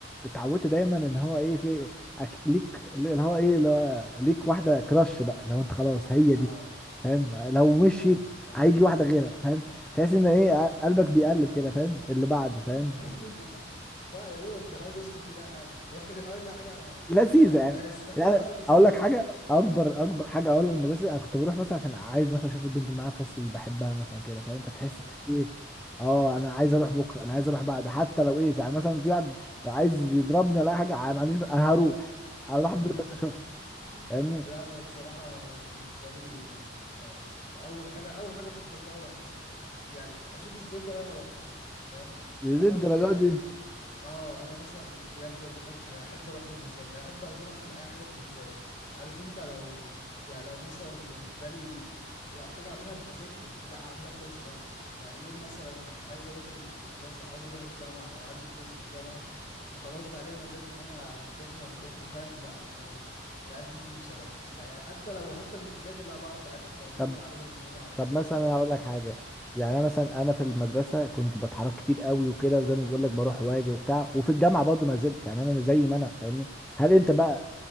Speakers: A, in the centre; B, on the left (about 40°).
A: اتعودت دايما ان هو ايه في أك- ليك اللي هو ايه اللي هو ليك واحده كراش بقى لو انت خلاص هي
B: اه
A: دي فاهم لو
B: ايوه
A: مشيت
B: فاهمك فاهمك
A: هيجي واحده غيرها فاهم تحس ان ايه
B: فاهمك <laughs>
A: قلبك بيقلب كده فاهم اللي بعده فاهم
B: <laughs> فيا دوبك بيحاول يظبط يلاقي حاجه <laughs> يعني بيحاول يلاقي حاجه على
A: لذيذه
B: على
A: يعني
B: مقاس <laughs>
A: يعني
B: اه بالظبط
A: اقول لك حاجه اكبر اكبر
B: <laughs>
A: حاجه اقول للمدرسه انا كنت بروح مثلا عشان عايز مثلا اشوف البنت اللي معايا في الفصل اللي بحبها مثلا كده فاهم فتحس
B: اه
A: إنك ايه اه انا عايز اروح بكره انا عايز اروح بعد حتى لو ايه يعني مثلا في واحد لو عايز يضربني ولا اي حاجه ع- ما عنديش ب- انا هروح هروح
B: <laughs>
A: اتضرب بس اشوفها فاهمني
B: لا انا بصراحه بالنسبه لي ك- يعني كانت اول حاجه اول حاجه افكر فيها اول لما اصحى يعني اشوف ازاي ده أنا ما اروحش فاهم
A: ليه
B: انا
A: الدرجه
B: ب- يعني
A: دي
B: اه انا مثلا بجد قلت لك احب اروح بالمزاج احب اصلا اعمل اي حاجه بالمزاج عارف انت لو يعني لو مثلا بالنسبه لي لو حاجه اعملها بمزاجي لا هعملها كويس قوي يعني يوم مثلا عايز اروح المدرسه او عايز اروح الجامعه او عندي كويز في الجامعه وخلاص بقى ليا مزاج ان انا همتحن وهمتحن فاهم لا يعني بأدي فيه بصراحة بقى يعني حتى لو حتى مش مذاكر لا بعرف أدي بجيب
A: طب
B: معلومة من هنا على
A: طب
B: كده
A: مثلا
B: فاهم
A: انا
B: انت
A: هقول لك حاجه يعني
B: قول لي
A: انا مثلا انا في المدرسه كنت بتحرك كتير قوي وكده وزي ما بقول لك بروح واجي وبتاع وفي الجامعه برضو ما زلت يعني انا زي ما
B: امم
A: انا فاهمني هل انت بقى
B: ايوه